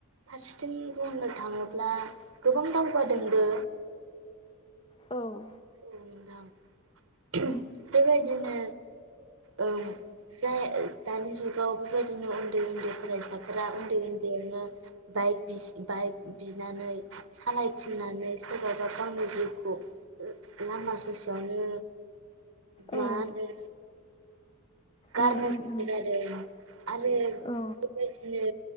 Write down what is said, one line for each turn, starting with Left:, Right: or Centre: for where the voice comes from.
Right: फारसेथिं बुंनो थाङोब्ला गोबां दावगादोंबो
Left: औ
Right: औ नोंथां <inaudible> बेबायदिनो ओ जाय दानि जुगाव बेबायदिनो उन्दै उन्दै फरायसाफोरा उन्दै उन्दैयावनो बाइक बि- बाइक बिनानै सालायथिंनानै सोरबाबा गावनि जिउखौ लामा ससेयावनो
Left: औ
Right: मा होनो गारनो
Left: उम उम
Right: गोनां
Left: उम
Right: जादों आरो
Left: औ
Right: बेबायदिनो